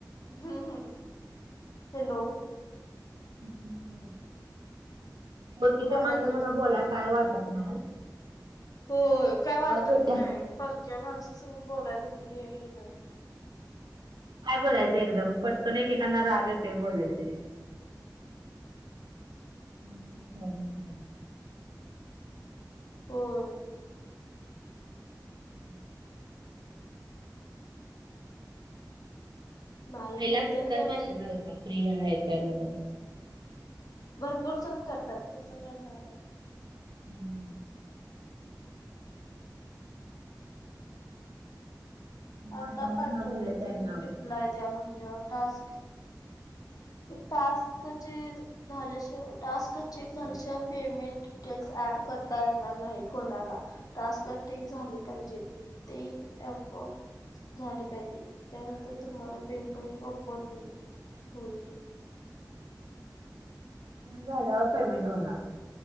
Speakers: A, on the left (about 55°); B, on the right (about 85°).
A: हं, हं. हॅलो.
B: हं, बरंय. वळकीच्या
A: बोला
B: माणसासंगं
A: की
B: बोलायला काय वाटत नाय आ.
A: होय. काय वाटत
B: होत्या
A: नाय. परक्या माणसासंगं बोलायचं म्हणजे, हे अ
B: काय बोलायचं एकदम. पटकन एकेकांना राग येतोय बोल्लं की. त्यांना काय प्रॉब्लेम नाही.
A: होय.
B: <inaudible>
A: बाई
B: पहिला
A: म्हणतेल
B: तुमचाच
A: काय
B: मॅसेज आलता. फ्री हाय काय म्हणून.
A: भरपूर जण करतात. तसं काय नाय.
B: हम्मं हम्म. माणसांसंग
A: आता पाठवलय
B: बोललं की आणि
A: तेनी,
B: अवघड.
A: रिप्लाय द्या म्हणल्यावर टास्क. टास्कं चे झाल्याशिवा टास्क चेक झाल्याशिवाय पेमेंट डिटेल्स ऍड करता येणार नाही कोणाला. टास्कं ठीक झाली पाहिजेत. ती ॲपोआप झाले पाहिजे. त्यानंतर तुम्हाला पे पेंट ओपन येईल. होईल.
B: झाल्यावर पेमेन्ट होणार